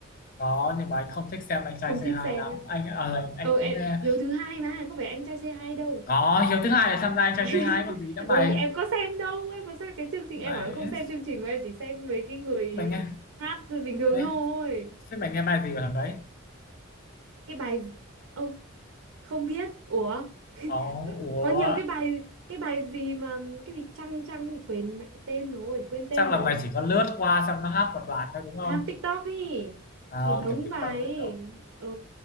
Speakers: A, on the left; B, on the right.
A: có nhưng mà anh không thích xem anh
B: không
A: trai c
B: thích
A: hai
B: xem
A: lắm
B: á.
A: anh ờ, anh
B: ờ
A: cũng
B: em
A: nghe
B: Hiếu thứ hai mà có phải anh trai c hai đâu
A: có Hiếu thứ hai là tham gia anh trai
B: <laughs>
A: c hai còn gì nữa
B: Ôi
A: mày
B: em có xem đâu Em có xem cái chương trình
A: mày
B: Em bảo em không xem chương trình Mà em chỉ xem mấy cái người
A: mày nghe
B: hát bình thường
A: mày,
B: thôi
A: thế mày nghe bài gì của thằng đấy
B: Cái bài Ô không biết Ủa <laughs>
A: Ồ, ủa
B: có nhiều cái bài Cái bài gì mà Cái gì chăng chăng thì Quên mẹ tên rồi Quên tên
A: chắc
B: rồi
A: là mày chỉ có lướt qua xong nó hát một đoạn thôi đúng không
B: Hát TikTok ấy
A: à,
B: Một đống
A: kiểu tiktok
B: bài
A: tiktok
B: ấy Ừ